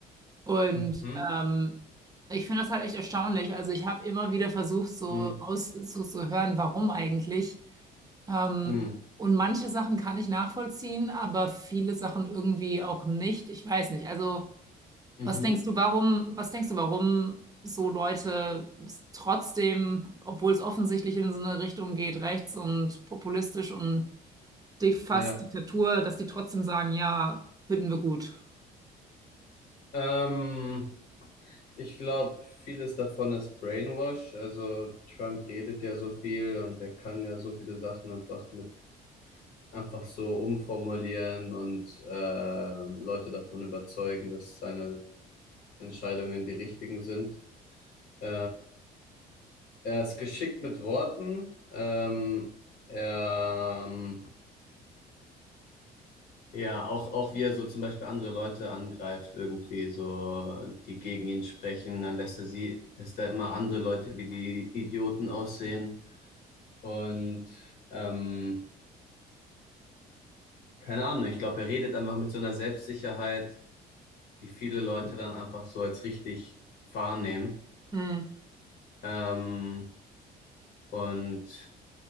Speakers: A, on the right; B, on the left.
A: Und
B: Mhm.
A: ähm, ich finde das halt echt erstaunlich. Also ich habe immer wieder versucht, so
B: Mhm.
A: aus so zu hören, warum eigentlich. Ähm,
B: Mhm.
A: und manche Sachen kann ich nachvollziehen, aber viele Sachen irgendwie auch nicht. Ich weiß nicht. Also
B: Mhm.
A: was denkst du, warum, was denkst du, warum so Leute s- trotzdem, obwohl es offensichtlich in so eine Richtung geht, rechts und populistisch und di- fast
B: Ja.
A: Diktatur, dass die trotzdem sagen, ja, finden wir gut?
B: Ähm, ich glaube, vieles davon ist Brainwash. Also Trump redet ja so viel und er kann ja so viele Sachen einfach mit einfach so umformulieren und äh, Leute davon überzeugen, dass seine Entscheidungen die richtigen sind. Äh, Er ist geschickt mit Worten. Ähm, er, ähm, ja, auch, auch wie er so zum Beispiel andere Leute angreift, irgendwie so, die gegen ihn sprechen, dann lässt er sie, lässt er immer andere Leute wie die Idioten aussehen. Und ähm, keine Ahnung, ich glaube, er redet einfach mit so einer Selbstsicherheit, die viele Leute dann einfach so als richtig wahrnehmen.
A: Hm.
B: Ähm, und